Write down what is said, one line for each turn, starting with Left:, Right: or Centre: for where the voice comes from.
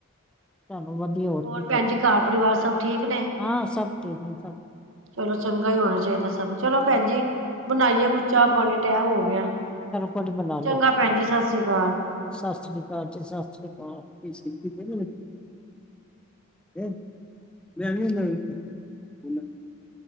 Right: <inaudible>
Centre: ਚਲੋ ਵਧੀਆ
Right: ਹੋਰ
Centre: ਕੀ ਚਾਹੀਦਾ
Right: ਭੈਣ ਜੀ, ਘਰ-ਪਰਿਵਾਰ ਸਭ ਠੀਕ ਨੇ।
Centre: ਹਾਂ ਸਭ ਠੀਕ ਨੇ ਸਭ
Right: ਚਲੋ ਚੰਗਾ ਹੀ ਹੋਣਾ ਚਾਹੀਦਾ ਸਭ। ਚਲੋ ਭੈਣ ਜੀ, ਬਣਾਈਏ ਕੁੱਝ ਚਾਹ- ਪਾਣੀ। ਟੈਮ ਹੋ ਗਿਆ।
Centre: ਕੋਡ ਬਨਾ ਲੋ।
Right: ਚੰਗਾ ਭੈਣ ਜੀ ਸਤਿ ਸ੍ਰੀ ਅਕਾਲ
Centre: ਸਤ ਸ੍ਰੀ ਕਾਲ ਜੀ। ਸਤ ਸ੍ਰੀ ਕਾਲ। ਕੀ ਸ਼ਿਲਕੀ ਫੇਰ ਨੀ ਲਬੀ ਅ ਮੈਂ ਵੀ ਨਾ ਲਗੀ <unintelligible>